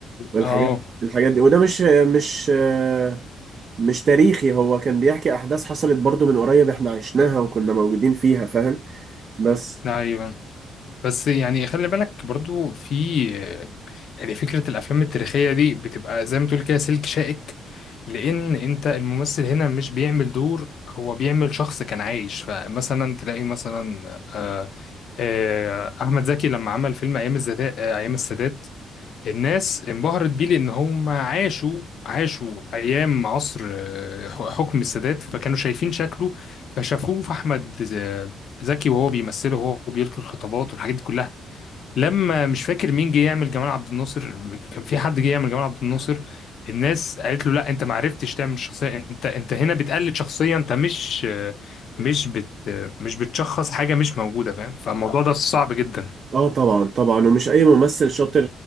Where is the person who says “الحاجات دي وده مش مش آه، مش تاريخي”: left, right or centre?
Right